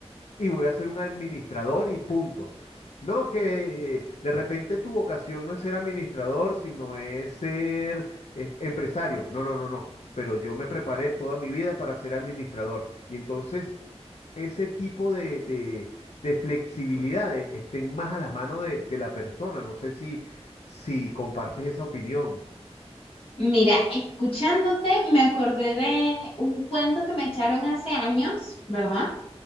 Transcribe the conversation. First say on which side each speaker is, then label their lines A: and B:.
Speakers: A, on the left (about 80°); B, on the left (about 55°).
A: y voy a ser un administrador y punto. No, que eh, de repente tu vocación no es ser administrador, sino es ser eh, empresario. No, no, no, no. Pero yo me preparé toda mi vida para ser administrador. Y entonces ese tipo de, de- de flexibilidades estén más a la mano de, de la persona. No sé si, si compartes esa opinión.
B: Mira, escuchándote, me acordé de un cuento que me echaron hace años, ¿verdad?